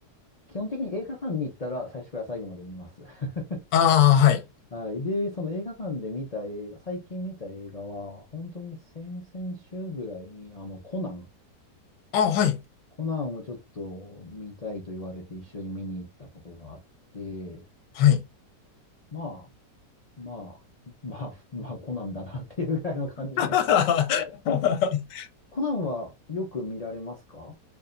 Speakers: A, on the left; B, on the left.
A: 基本的に映画館に行ったら最初から最後まで見ます。<laughs>
B: ああー、はい。
A: はい。で、その映画館で見た映画、最近見た映画は、本当に先々週ぐらいに、あの、コナン、
B: あ、はい。
A: コナンをちょっと見たいと言われて一緒に見に行ったことがあって、
B: はい。
A: まあ、まあ、<laughs> まあ、まあ、コナンだなっていうぐらいの感じで。
B: <laughs>
A: <laughs> コナンはよく見られますか